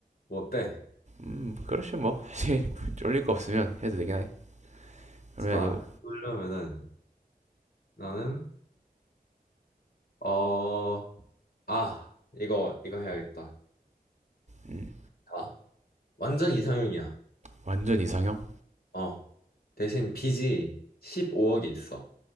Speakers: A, on the left; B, on the right.
A: 뭐 어때?
B: 음 그렇죠 뭐 사실 쫄릴 거 없으면 해도 되긴 하네 그러면
A: 자,
B: 이거
A: 그러면은 나는 어, 아, 이거 이거 해야겠다.
B: 음,
A: 자, 완전 이상형이야.
B: 완전 이상형
A: 어, 대신 빚이 15억이 있어.